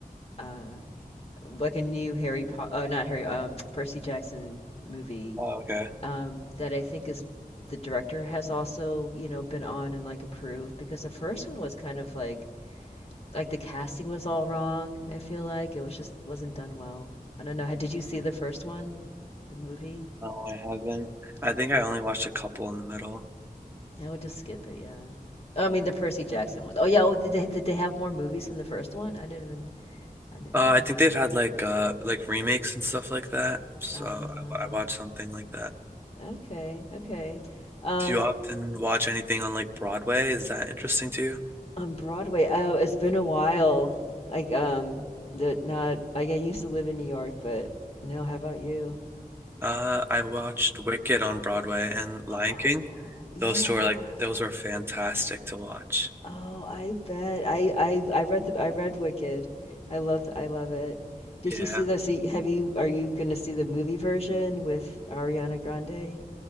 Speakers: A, on the left; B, on the right.
A: uh, like a new Harry Potter, uh, not Harry, um, Percy Jackson movie
B: Oh, okay.
A: um, that I think is the director has also, you know, been on and like approved because the first one was kind of like like the casting was all wrong. I feel like it was just wasn't done well. I don't know. Had- Did you see the first one, the movie?
B: No, I haven't.
A: Yeah,
B: I think I only watched a couple in the middle.
A: I would just skip it. Yeah, Oh, I mean the Percy Jackson one. Oh yeah, oh, did they, did they have more movies than the first one? I didn't even I didn't
B: Uh, I think they've had like uh like remakes and stuff like that. So
A: know.
B: I, I watched something like that.
A: Oh, okay, okay. Um,
B: Do you often watch anything on like Broadway? Is that interesting to you?
A: on Broadway, oh, it's been a while. Like, um, that not. I get used to live in New York, but no. How about you?
B: Uh, I watched Wicked on Broadway and Lion
A: Oh,
B: King.
A: yeah.
B: Those two are like those were fantastic to watch.
A: Oh, I bet. I I I read the I read Wicked. I love I love it. Did
B: Yeah.
A: you see the so you- have you are you going to see the movie version with Ariana Grande?